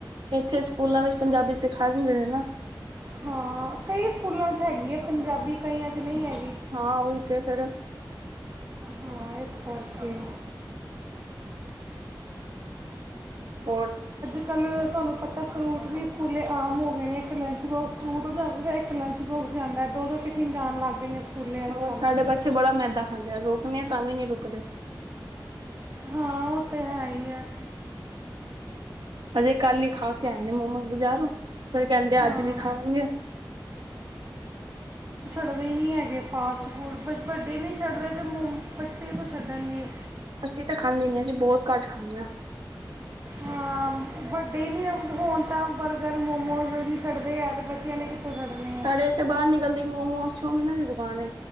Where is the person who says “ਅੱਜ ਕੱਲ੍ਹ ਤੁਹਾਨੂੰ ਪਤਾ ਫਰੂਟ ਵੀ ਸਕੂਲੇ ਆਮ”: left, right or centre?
Right